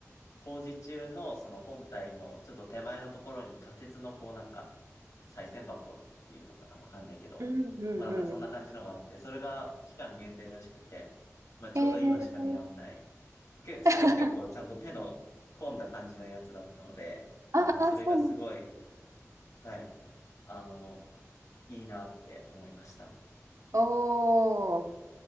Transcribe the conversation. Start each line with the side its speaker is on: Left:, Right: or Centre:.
Left: 工事中のその本体のちょっと手前のところに仮設のこうなんか、再銭箱っていうのかなわかんないけど。
Right: うん、うんう
Left: まあなんかそんな感じのがあって、それが期間限定らしくて、まあちょうど今しか見らんない。
Right: ん。えー、
Left: け、しかも結構ちゃんと手の込んだ感じのやつだったので、
Right: <laughs>
Left: あの、
Right: あ、
Left: それがすごい、
Right: あ、そうなんだ。
Left: はい、あの、いいなって思いました。
Right: おー、